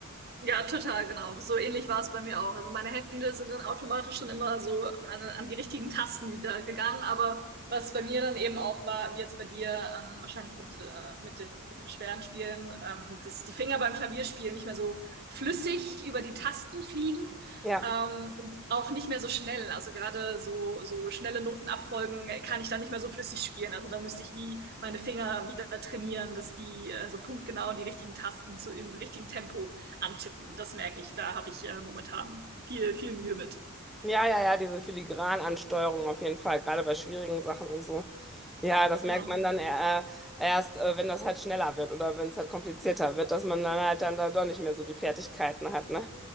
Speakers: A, on the right; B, in the centre.
A: Ja, total, genau. So ähnlich war es bei mir auch. Also meine Hände sind dann automatisch schon immer so an, an die richtigen Tasten wieder gegangen. Aber was bei mir dann eben auch war, wie jetzt bei dir, ähm, wahrscheinlich mit, äh, mit dem, mit dem schweren Spielen, ähm, dass die Finger beim Klavierspielen nicht mehr so flüssig über die Tasten fliegen,
B: Ja.
A: ähm, und auch nicht mehr so schnell. Also gerade so, so schnelle Notenabfolgen kann ich dann nicht mehr so flüssig spielen. Also da müsste ich wie meine Finger wieder trainieren, dass die, äh, so punktgenau die richtigen Tasten zu, im richtigen Tempo antippen. Das merke ich. Da habe ich äh, momentan viel, viel Mühe mit.
B: Ja, ja, ja, diese Filigranansteuerung auf jeden Fall, gerade bei schwierigen Sachen und so. Ja, das merkt
A: Genau.
B: man dann e-, äh, erst, äh, wenn das halt schneller wird oder wenn es halt komplizierter wird, dass man dann halt dann da doch nicht mehr so die Fertigkeiten hat, ne?